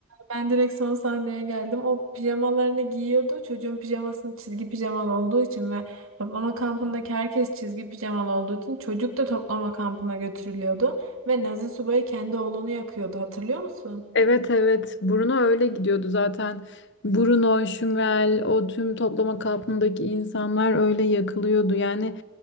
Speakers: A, on the right; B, on the left.
A: Ben direkt son sahneye geldim. O pijamalarını giyiyordu. Çocuğun pijamasının çizgi pijamalı olduğu için ve toplama kampındaki herkes çizgi pijamalı olduğu için çocuk da toplama kampına götürülüyordu. Ve Nazi subayı kendi oğlunu yakıyordu. Hatırlıyor musun?
B: Evet evet Bruno öyle gidiyordu zaten. Bruno, Şumel, o tüm toplama kampındaki insanlar öyle yakılıyordu. Yani